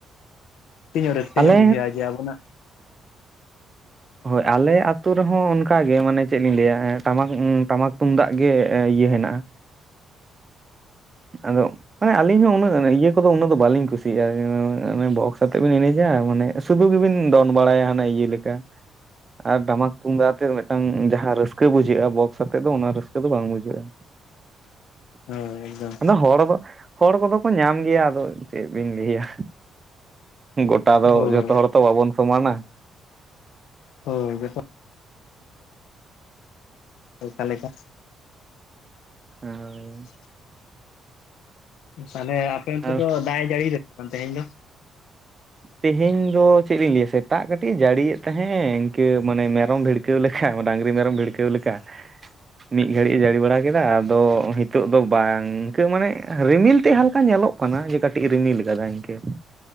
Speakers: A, on the left (about 85°); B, on the right (about 30°).
A: ᱤᱧ ᱦᱚᱸ ᱨᱟᱹᱥᱠᱟᱹ
B: ᱟᱞᱮ
A: ᱧᱚᱜ ᱵᱩᱡᱟᱹᱜ-ᱟ ᱡᱮ ᱟᱵᱚᱱᱟᱜ
B: ᱦᱳᱭ
A: ᱠᱟᱱᱟ
B: ᱟᱞᱮ ᱟᱛ ᱟᱛᱳ ᱨᱮᱦᱚᱸ ᱚᱱᱠᱟᱜ ᱜᱮ ᱢᱟᱱᱮ ᱪᱮᱫ ᱞᱤᱧ ᱞᱟᱹᱭᱟ ᱴᱟᱢᱟᱠ ᱴᱟᱢᱟᱠ ᱛᱩᱢᱫᱟᱜ ᱜᱮ ᱤᱭᱟᱹ ᱦᱮᱱᱟᱜ-ᱟ᱾
A: <inaudible>
B: ᱟᱫᱚ ᱢᱟᱱᱮ ᱟᱹᱞᱤᱧ ᱦᱚᱸ ᱩᱱᱟᱹᱜ ᱤᱭᱟᱹ ᱠᱚᱫᱚ ᱩᱱᱟᱹᱜ ᱫᱚ ᱵᱟᱹᱞᱤᱧ ᱠᱩᱥᱤᱭᱟᱜ-ᱟ, ᱵᱚᱠᱥ ᱟᱛᱮ ᱵᱮᱱ ᱮᱱᱮᱡᱟ ᱢᱟᱱᱮ᱾ ᱥᱩᱫᱷᱩ ᱜᱮᱵᱤᱱ ᱫᱚᱱ ᱵᱟᱲᱟᱭᱟ ᱦᱟᱱᱮ ᱤᱭᱟᱹ ᱞᱮᱠᱟ᱾ ᱟᱨ ᱴᱟᱢᱟᱠ ᱛᱩᱢᱫᱟᱜ ᱟᱛᱮ ᱢᱤᱫᱴᱟᱝ ᱡᱟᱦᱟᱸ ᱨᱟᱹᱥᱠᱟᱹ ᱵᱩᱡᱷᱟᱹᱜ-ᱟ ᱵᱚᱠᱥ ᱟᱛᱮᱫ ᱫᱚ ᱚᱱᱟ ᱨᱟᱹᱥᱠᱟᱹ ᱫᱚ ᱵᱟᱝ ᱵᱩᱡᱷᱟᱹᱜ-ᱟ᱾
A: ᱦᱳᱭ ᱮᱠᱫᱚᱢ
B: ᱟᱫᱚ ᱦᱚᱲᱲ ᱫᱚ ᱦᱚᱲ ᱠᱚᱫᱚ ᱠᱚ ᱧᱟᱢ ᱜᱮᱭᱟ ᱟᱫᱚ ᱪᱮᱫ ᱵᱤᱱ ᱞᱟᱹᱭᱟ ᱜᱚᱴᱟ ᱫᱚ
A: ᱦᱳᱭ
B: ᱡᱚᱛᱚ ᱡᱚᱛᱚ ᱦᱚᱲ ᱛᱚ ᱵᱟᱵᱚᱱ ᱥᱚᱢᱟᱱᱟ᱾
A: ᱦᱳᱭ ᱛᱚ ᱚᱱᱠᱟ ᱞᱮᱠᱟ?
B: ᱦᱳᱭ
A: <inaudible> ᱛᱟᱦᱚᱸᱞᱮ ᱟᱯᱮ ᱚᱱᱛᱮ
B: ᱟᱨ
A: ᱫᱚ ᱫᱟᱜ ᱮ ᱡᱟᱹᱲᱤᱭᱮᱫᱟ ᱥᱮ ᱵᱟᱝ ᱛᱮᱦᱮᱸᱧ ᱫᱚ᱾
B: ᱛᱮᱦᱮᱸᱧ ᱫᱚ ᱪᱮᱫ ᱞᱤᱧ ᱞᱟᱹᱭᱟ ᱥᱮᱛᱟᱜ ᱠᱟᱹᱴᱤᱡ-ᱮ ᱡᱟᱹᱲᱤᱭᱮᱫ ᱛᱟᱦᱮᱸᱫ ᱤᱱᱠᱟᱹ ᱢᱟᱱᱮ ᱢᱮᱨᱚᱢ ᱵᱷᱤᱲ ᱠᱟᱹᱣ ᱞᱮᱠᱟ ᱰᱟᱹᱝᱨᱤ ᱢᱮᱨᱚᱢ ᱵᱷᱤᱲᱠᱟᱹᱣ ᱞᱮᱠᱟ᱾ ᱢᱤᱫ ᱜᱷᱟᱹᱲᱤᱡ ᱮ ᱡᱟᱹᱲᱤ ᱵᱟᱲᱟ ᱠᱮᱫᱟ, ᱟᱫᱚ ᱦᱤᱛᱚᱜ ᱫᱚ ᱵᱟᱝ ᱤᱱᱠᱟᱹ ᱢᱟᱱᱮ ᱨᱤᱢᱤᱞ ᱛᱮᱫ ᱦᱟᱞᱠᱟ ᱧᱮᱞᱚᱜ ᱠᱟᱱᱟ ᱡᱮ ᱠᱟᱹᱴᱤᱡ ᱮ ᱨᱤᱢᱤᱞ ᱠᱟᱫᱟ ᱤᱱᱠᱟᱹ᱾